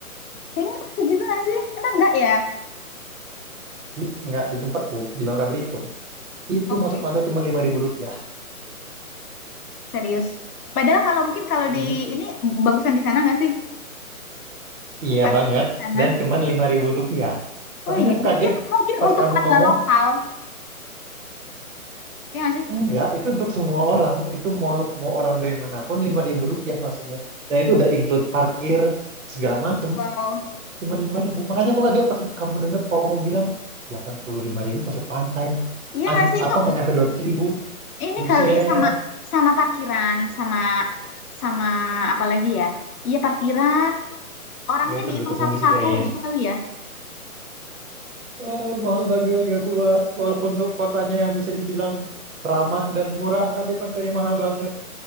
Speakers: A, on the left; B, on the right.
A: kayaknya pas segitu nggak sih? Emang nggak ya?
B: Di, enggak, di tempatku, di Bangka Belitung. Itu
A: Oke,
B: masuk pantai cuma lima ribu rupiah.
A: serius. Padahal kalau mungkin kalau
B: Serius?
A: di ini bagusan di sana nggak sih?
B: Iya
A: Pantainya
B: banget.
A: di sana.
B: Dan cuma lima ribu rupiah. Makanya
A: Oh iya,
B: aku kaget
A: mungkin mungkin
B: pas
A: untuk
B: kamu
A: warga
B: ngomong,
A: lokal, ya nggak sih?
B: enggak, itu untuk semua orang. Itu mau mau orang dari manapun lima ribu rupiah masuknya. Dan itu udah include parkir, segala macem.
A: Wow,
B: Cuma lima ribu. Makanya aku kaget pas kamu dengar, kalau kamu bilang, delapan puluh lima ribu masuk pantai.
A: iya
B: An-
A: nggak sih itu
B: apa nggak nyampe dua ratus ribu?
A: ini
B: Buset.
A: kali sama sama parkiran, sama sama apa lagi ya? Iya parkiran, orangnya
B: Nggak, itu
A: dihitung
B: lebih ke pungli
A: satu-satu
B: kayaknya.
A: gitu kali ya.
B: Eh, mahal banget, gak kuat. Walaupun untuk kotanya yang bisa dibilang ramah dan murah, tapi pantainya mahal banget.